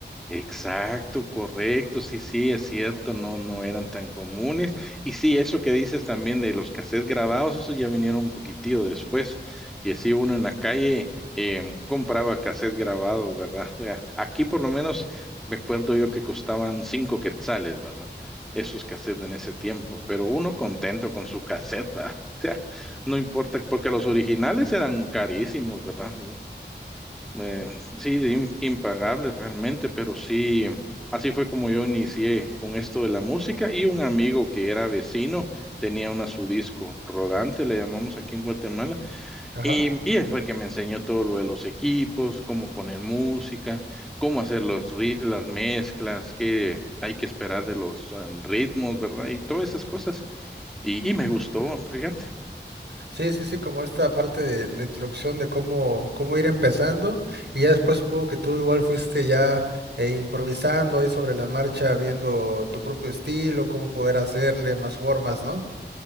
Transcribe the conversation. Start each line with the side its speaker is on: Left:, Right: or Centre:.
Centre: Exacto, correcto, sí, sí, es cierto, no, no eran tan comunes. Y sí, eso que dices también de los cassettes grabados, eso ya vinieron un poquitillo después, que sí, uno en la calle eh, compraba cassettes grabados, ¿verdad? <laughs> O Aquí por lo menos me acuerdo yo que costaban cinco quetzales, ¿verdad? Esos cassettes en ese tiempo, pero uno contento con su cassette, ¿verdad? <laughs> O sea, no importa, porque los originales eran carísimos, ¿verdad? Eh, sí, de im- impagable realmente, pero sí, así fue como yo inicié con esto de la música y un amigo que era vecino tenía una su disco rodante, le llamamos aquí en Guatemala,
Right: Ajá.
Centre: y, y él fue el que me enseñó todo lo de los equipos, cómo poner música, cómo hacer los, ri- las mezclas, qué hay que esperar de los ah, ritmos, ¿verdad? Y todas esas cosas. Y, y me gustó,
Right: Mm,
Centre: fíjate.
Right: Sí, sí, sí, como esta parte de la introducción de cómo, cómo ir empezando, y ya después supongo que tú igual fuiste ya eh, improvisando ahí sobre la marcha, viendo tu propio estilo, cómo poder hacerle más formas, ¿no?